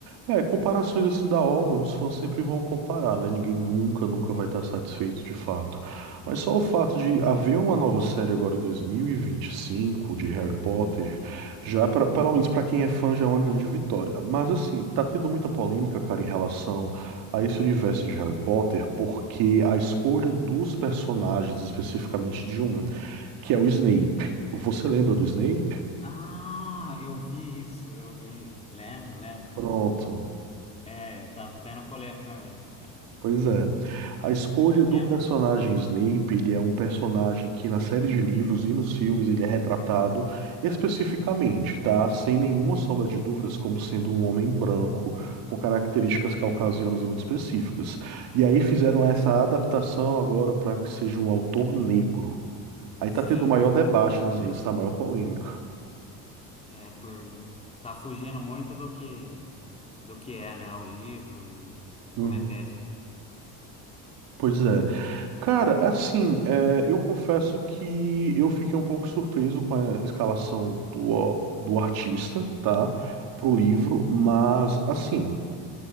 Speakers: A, on the right (about 65°); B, on the left (about 15°).
A: É, comparações assim da obra, os fãs sempre vão comparar, né? Ninguém nunca, nunca vai estar satisfeito de fato. Mas só o fato de haver uma nova série agora em 2025 de Harry Potter, já pra, pelo menos para quem é fã já é uma grande vitória. Mas assim, tá tendo muita polêmica, cara, em relação a esse universo de Harry Potter, porque a escolha dos personagens, especificamente de um que é o Snape. Você lembra do Snape?
B: Ah, eu vi isso, eu vi. Lembro, lembro.
A: Pronto.
B: É, tá tendo polêmica mesmo.
A: Pois é. A escolha
B: Porque,
A: do personagem Snape, ele é um personagem que na série de livros e nos filmes ele é retratado especificamente, tá? Sem nenhuma sombra de dúvidas, como sendo um homem branco com características caucasianas muito específicas. E aí fizeram essa adaptação agora para que seja um autor negro. Aí
B: sim,
A: tá tendo o maior debate nas redes, tá? A maior polêmica.
B: é por tá fugindo muito do que do que é, né? O livro e como
A: Uhum.
B: é que é. isso.
A: Pois é. Cara, assim, é, eu confesso que eu fiquei um pouco surpreso com a escalação do, do artista, tá? Pro livro, mas assim,